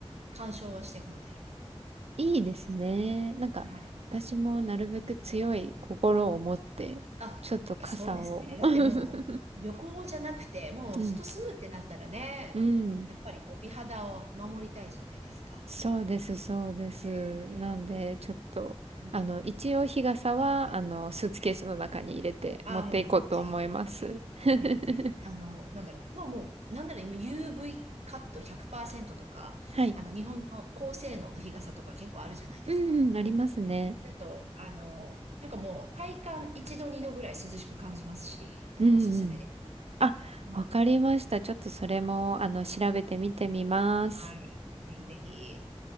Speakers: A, on the right (about 80°); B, on the right (about 70°).
A: 干渉はしてこない、
B: いいですね。
A: みたい
B: なんか私もなるべく強い心を持ってちょっと傘を
A: な。はい。あ、そうですね。だってもう、
B: <laughs>
A: 旅行じゃなくて、もうずっと住むってなったらね、
B: うんうん、
A: やっぱりこう、美肌を守りたいじゃないですか。
B: そうです、そうです。
A: ね
B: なんで、ちょっと、
A: え。うん。
B: あの、一応日傘は、あの、スーツケースの中に入れて持っていこうと思います。
A: はいああ、もう、ぜひ、ぜひ、
B: <laughs>
A: ぜひ、ぜひ、あの、なんだろう。もう、もう、なんだろう、今 UV カット100%とか、
B: はい。
A: あの、日本の高性能の日傘とか結構あるじゃないですか。
B: うんうん、ありますね。
A: だと、あの、なんかもう、体感1度、2度ぐらい涼しく感じますし、あの、
B: うんうん。
A: おすすめです。
B: あ、
A: うん、
B: わかりました。ちょっとそれも、
A: うん
B: あの、調べてみてみます。
A: はい。ぜひぜひ。